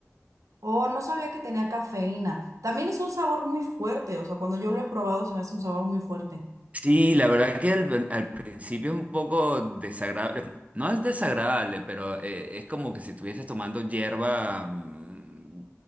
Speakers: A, on the right; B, on the right.
A: Oh, no sabía que tenía cafeína. También es un sabor muy fuerte, o sea, cuando yo lo he probado se me hace un sabor muy fuerte.
B: Sí, la verdad que al, al principio es un poco desagradable, no es desagradable, pero eh, es como que si estuvieses tomando hierba mm,